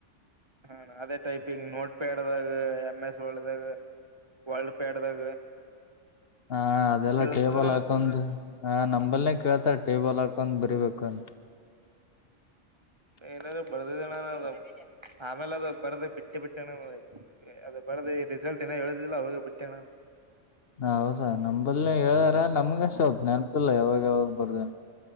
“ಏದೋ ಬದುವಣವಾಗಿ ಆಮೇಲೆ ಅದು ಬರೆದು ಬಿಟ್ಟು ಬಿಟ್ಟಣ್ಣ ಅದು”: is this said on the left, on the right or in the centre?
Right